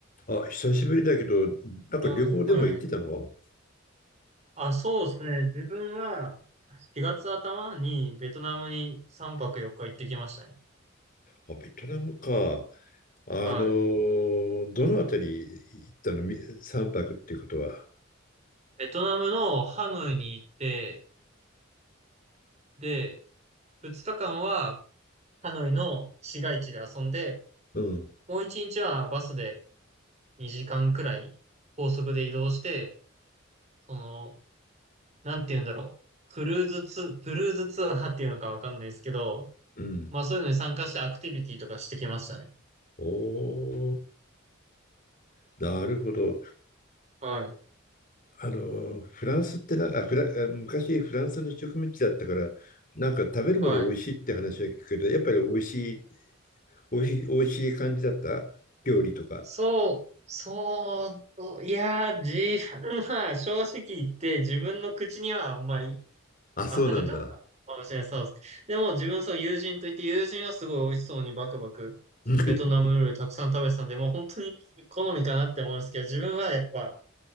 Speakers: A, on the left; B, on the right.
A: あ、久しぶりだけど、なんか旅行でも行ってたの
B: うん、はい。あ、そうですね。自分は4月頭にベトナムに3泊4日行ってきましたね。
A: あ、ベトナムか。あのーどのあたり行ったのみ泊っていうことは。
B: はい。ベトナムのハノイに行って、で、2日間はハノイの市街地で遊んで、
A: うん、
B: もう1日はバスで2時間くらい高速で移動して、その、なんて言うんだろう。クルーズツ、クルーズツアーっていうのかわかんないですけど、
A: うん。
B: まあそういうのに参加してアクティビティとかしてきましたね。
A: おー、なるほど。
B: はい。
A: あのーフランスってな、あ、フラ、あ昔フランスの植民地だったから、なんか食べるもの美味しいって話は聞くけど、
B: はい。
A: やっぱり美味しい、美味しい、美味しい感じだった料理とか。
B: そう、そういやー、自分は <laughs> 正直言って自分の口にはあんまり
A: あ、
B: 合わなかったかもしれない。
A: そうなんだ。
B: そうです。でも自分その友人といって友人はすごい美味しそうにバクバクベトナム料理たくさん食べてたんで、
A: <laughs>
B: もう本当に好みかなって思うんですけど、自分はやっぱ